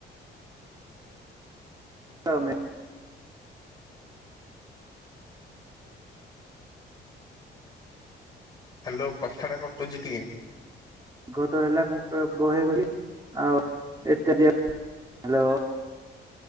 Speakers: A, on the right; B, on the left.
A: ପାଉ ନେଇଁ।
B: ହ୍ୟାଲୋ କଥାଟା କଟୁଛି ଟିକେ।
A: <unintelligible> ହା ଲୋ।